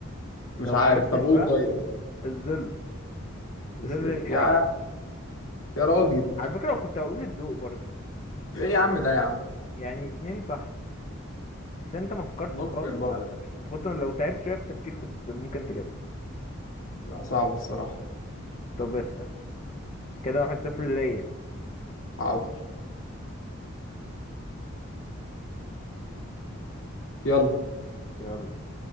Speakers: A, on the left; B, on the left.
A: مش
B: لو
A: عارف
B: معرفتش
A: طب قول
B: بقى
A: طيب
B: الظل ظل
A: بس
B: الحاجة
A: يا يا راجل
B: على فكرة لو كنت هقول الضوء برضو
A: ايه يا عم ده يا عم
B: يعني اتنين صح بس انت ما فكرتش
A: ممكن
B: خالص
A: برضه
B: على فكرة انت كنت لو تعبت شوية في التفكير كنت ممكن تجيبها
A: لا صعبة الصراحة
B: طب اسأل كده واحد صفر ليا
A: حاضر يلا
B: يلا